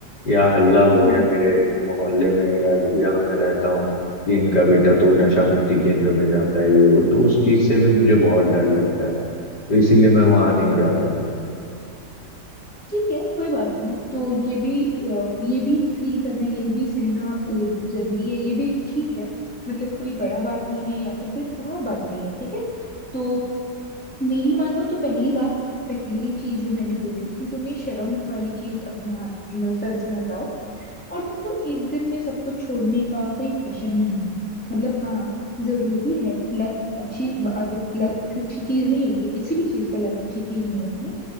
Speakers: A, on the left; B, in the centre.
A: या हल्ला हो
B: हम्म
A: गया मेरे मोहल्ले में या यहाँ मैं रहता हूँ कि इनका बेटा तो नशा मुक्ति केंद्र में जाता है ये वो तो उस चीज से भी मुझे बहुत डर लगता है तो इसीलिए मैं वहां नहीं जाता हूँ
B: ठीक है कोई बात नहीं तो ये भी अ, ये भी फील करना ये भी सहना अ, जरूरी है ये भी ठीक है मतलब कोई बड़ा बात नहीं है या फिर कोई खराब बात नहीं है ठीक है तो मेरी मानो तो पहली बात पहली चीज जो मैंने बोली कि तुम ये शर्म वाली चीज अपने हाथ सर से हटाओ और तुमको एक दिन में सब कुछ छोड़ने का कोई प्रेशर नहीं है मतलब हाँ जरूरी है लत अच्छी आदत लत अच्छी चीज नहीं होती किसी भी चीज का लत अच्छी चीज नहीं होती है